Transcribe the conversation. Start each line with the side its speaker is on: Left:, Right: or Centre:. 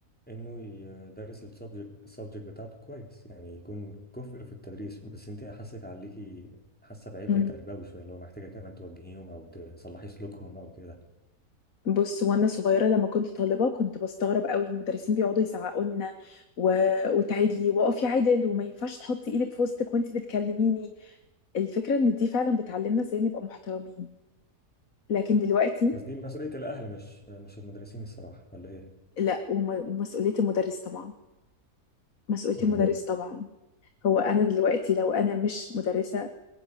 Centre: انه يدرس السبجكت السبجكت بتاعته كويس يعني يكون كفء في التدريس بس انت حاسك عليكي حاسه بعبء
Left: مم.
Centre: تربوي شويه اللي هو محتاجه كمان توجهيهم او تصلحي سلوكهم او كده
Left: بص وانا صغيره لما كنت طالبه كنت بستغرب قوي المدرسين بيقعدوا يزعقوا لنا و... وتعيدي واقفي عدل وما ينفعش تحطي ايدك في وسطك وانت بتكلميني الفكره ان دي فعلا بتعلمنا ازاي نبقى محترمين لكن دلوقتي
Centre: بس دي مسؤوليه الاهل مش مش المدرسين الصراحه ولا ايه؟
Left: لا وم... ومسؤوليه المدرس طبعا مسؤولية
Centre: امم
Left: المدرس طبعا هو أنا دلوقتي لو أنا مش مدرسة